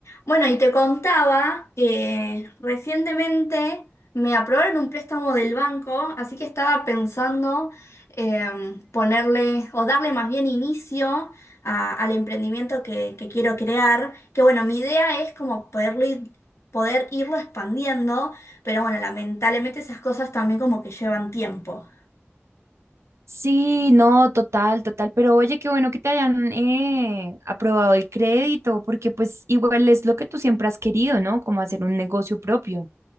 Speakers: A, on the left (about 90°); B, on the right (about 80°).
A: Bueno, y te contaba que recientemente me aprobaron un préstamo del banco, así que estaba pensando em, ponerle o darle más bien inicio a- al emprendimiento que, que quiero crear, que bueno, mi idea es como poderlo ir- poder irlo expandiendo, pero bueno, lamentablemente esas cosas también como que llevan tiempo.
B: Sí, no, total, total, pero oye, qué bueno que te hayan eh, aprobado el crédito, porque pues igual es lo que tú siempre has querido, ¿no? Como hacer un negocio propio.